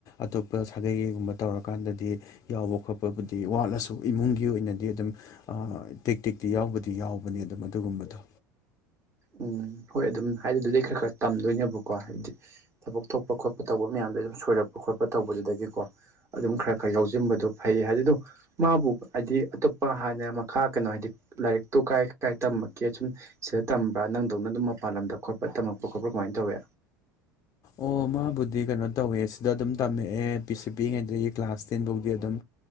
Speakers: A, on the left (about 35°); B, on the right (about 30°).
A: ꯑꯇꯣꯞꯄ ꯁꯥꯒꯩꯒꯤꯒꯨꯝꯕ ꯇꯧꯔꯀꯥꯟꯗꯗꯤ ꯌꯥꯎꯕ ꯈꯣꯠꯄꯕꯨꯗꯤ ꯋꯥꯠꯂꯁꯨ ꯏꯃꯨꯡꯒꯤ ꯑꯣꯏꯅꯗꯤ ꯑꯗꯨꯝ ꯇꯤꯛ ꯇꯤꯛꯇꯤ ꯌꯥꯎꯕꯗꯤ ꯌꯥꯎꯕꯅꯦ ꯑꯗꯨꯝ ꯑꯗꯨꯒꯨꯝꯕꯗꯣ
B: ꯎꯝ ꯍꯣꯏ ꯑꯗꯨꯝ ꯍꯥꯏꯗꯤ ꯑꯗꯨꯗꯤꯩ ꯈꯔ ꯈꯔ ꯇꯝꯗꯣꯏꯅꯦꯕꯀꯣ ꯍꯥꯏꯕꯗꯤ ꯊꯕꯛ ꯊꯣꯛꯄ ꯈꯣꯠꯄ ꯇꯧꯕ ꯃꯌꯥꯝꯗꯣ ꯑꯗꯨꯝ ꯁꯣꯏꯔꯛꯄ ꯈꯣꯠꯄ ꯇꯧꯕꯗꯨꯗꯒꯤꯀꯣ ꯑꯗꯨꯝ ꯈꯔ ꯈꯔ ꯌꯥꯎꯁꯤꯟꯕꯗꯣ ꯐꯩ ꯑꯗꯨꯗꯣ ꯃꯥꯕꯨ ꯍꯥꯏꯗꯤ ꯑꯇꯣꯞꯄ ꯍꯥꯟꯅ ꯃꯈꯥ ꯀꯩꯅꯣ ꯍꯥꯏꯗꯤ ꯂꯥꯏꯔꯤꯛꯇꯣ ꯀꯥꯏ ꯀꯥꯏ ꯇꯝꯃꯛꯀꯦ ꯁꯨꯝ ꯁꯤꯗ ꯇꯝꯕ꯭ꯔꯥ ꯅꯪꯗꯧꯅ ꯑꯗꯨꯝ ꯃꯄꯥꯟ ꯂꯝꯗ ꯈꯣꯠꯄ ꯇꯝꯃꯛꯄ ꯈꯣꯠꯄꯥ ꯀꯃꯥꯏꯅ ꯇꯧꯋꯦ
A: ꯑꯣ ꯃꯥꯕꯨꯗꯤ ꯀꯩꯅꯣ ꯇꯧꯋꯦ ꯁꯤꯗ ꯑꯗꯨꯝ ꯇꯝꯃꯛꯑꯦ ꯄꯤꯁꯤ ꯄꯤꯉꯩꯗꯒꯤꯗꯒꯤ ꯀ꯭ꯂꯥꯁ ꯇꯦꯟꯐꯧꯗꯤ ꯑꯗꯨꯝ